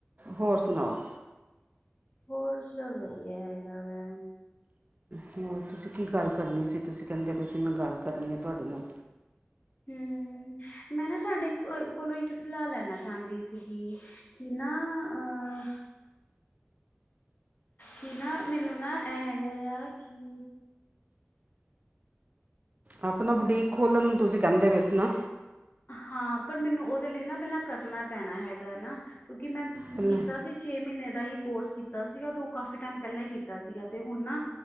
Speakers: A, on the right; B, on the left.
A: ਹੋਰ ਸੁਣਾਓ
B: ਹੋਰ ਸਭ ਵਧੀਆ ਹੈਗਾ ਵੈ।
A: ਹੋਰ ਤੁਸੀਂ ਕੀ ਗੱਲ ਕਰਨੀ ਸੀ ਤੁਸੀਂ ਕਹਿੰਦੇ ਪਏ ਸੀ ਮੈਂ ਗੱਲ ਕਰਨੀ ਆ ਤੁਹਾਡੇ ਨਾਲ।
B: ਹੂੰ ਮੈਂ ਨਾ ਤੁਹਾਡੇ ਕੋਲੋਂ ਇੱਕ ਸਲਾਹ ਲੈਣਾ ਚਾਹੰਦੀ ਸੀ। ਕਿ ਕਿ ਨਾ ਅ ਕਿ ਨਾ ਮੈਨੂੰ ਨਾ ਇਹ ਹੈਗਾ ਆ ਕਿ
A: ਆਪ ਨਾ ਬਡੀਕ ਖੋਲਣ ਨੂੰ ਤੁਸੀਂ ਕਹਿੰਦੇ ਪਏ ਸੀ ਨਾ
B: ਹਾਂ, ਪਰ ਮੈਨੂੰ ਉਹਦੇ ਲਈ ਨਾ ਪਹਿਲਾਂ ਕਰਨਾ ਪੈਣਾ ਹੈਗਾ ਨਾ ਕਿਉਂਕਿ ਮੈਂ
A: ਪਹਿਲਾਂ
B: ਕੀਤਾ ਸੀ। ਛੇ ਮਹੀਨੇ ਦਾ ਹੀ ਕੋਰਸ ਕੀਤਾ ਸੀਗਾ ਤੇ ਉਹ ਕਾਫੀ ਟਾਈਮ ਪਹਿਲਾਂ ਹੀ ਕੀਤਾ ਸੀਗਾ। ਤੇ ਹੁਣ ਨਾ